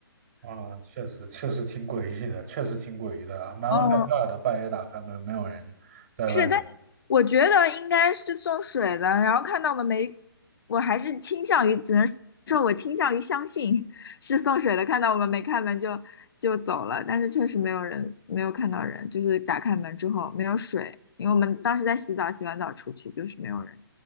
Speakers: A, on the right (about 30°); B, on the left (about 70°).
A: 啊，确实确实挺诡异的，确实挺诡异的，蛮害怕的。
B: 哦，
A: 半夜打开门，没有人在外面。
B: 是，但是我觉得应该是送水的。然后看到我们没，我还是倾向于，只能说我倾向于相信是送水的。看到我们没开门就就走了，但是确实没有人，没有看到人，就是打开门之后没有水，因为我们当时在洗澡，洗完澡出去就是没有人。